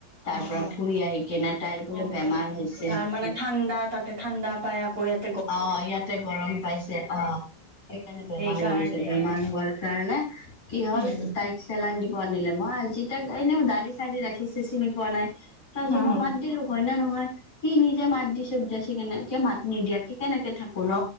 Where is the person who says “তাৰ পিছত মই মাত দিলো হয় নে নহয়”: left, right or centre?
Left